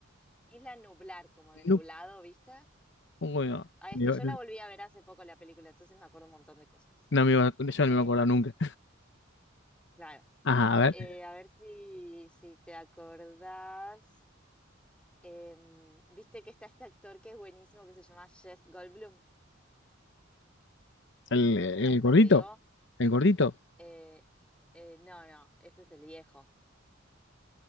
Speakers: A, in the centre; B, on the left (about 60°).
A: Isla Nublar, como de nublado,
B: No,
A: ¿viste?
B: bueno,
A: Ah,
B: yo-
A: es que yo la volví a ver hace poco la película, entonces me acuerdo un montón de cosas.
B: no me iba- yo no
A: Eh,
B: me acuerdo nunca.
A: claro.
B: Ajá, a ver.
A: Eh, a ver si, si te acordás. Em, Viste que está este actor que es buenísimo que se llama Jeff Goldblum.
B: El, el
A: ¿Sabes cuál
B: gordito.
A: te digo?
B: El gordito.
A: Eh, eh, no, no, ese es el viejo.